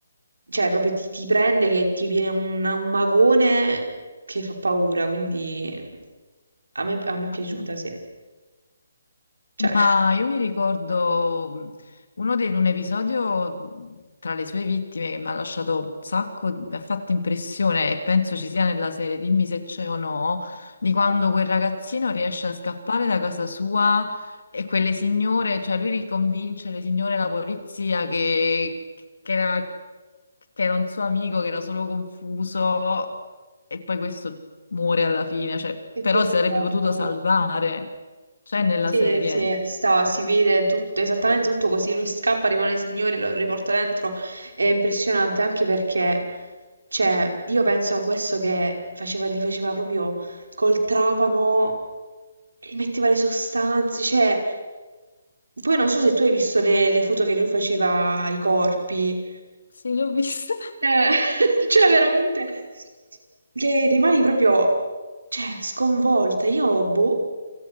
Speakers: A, on the right (about 80°); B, on the left (about 70°).
A: cioè proprio ti, ti prende che ti viene un, un magone che fa paura, quindi a me, a me è piaciuta,
B: Mm.
A: sì. Cioè,
B: Ma io mi ricordo mh, uno dei, un episodio mh, tra le sue vittime che mi ha lasciato un sacco, mi ha fatto impressione e penso ci sia nella serie, dimmi se c'è o no, di quando quel ragazzino riesce a scappare da casa sua e quelle signore, cioè lui riconvince le signore e la polizia che, che era, che era un suo amico, che era solo confuso e poi questo muore alla fine, cioè,
A: Che
B: però
A: peccato,
B: si sarebbe potuto
A: Madonna.
B: salvare, c'è nella
A: Sì,
B: serie.
A: sì, sta, si vede tutto, esattamente tutto così. Lui scappa, rimane signore, lo riporta dentro. È impressionante anche perché, cioè, io penso a questo che faceva, li faceva proprio col trapano, gli metteva le sostanze, cioè. Poi non so se tu hai visto le, le foto che lui faceva ai corpi.
B: Sì, li ho viste. <laughs>
A: Eh, <laughs> cioè, veramente. Che rimani proprio, cioè, sconvolta. Io, boh,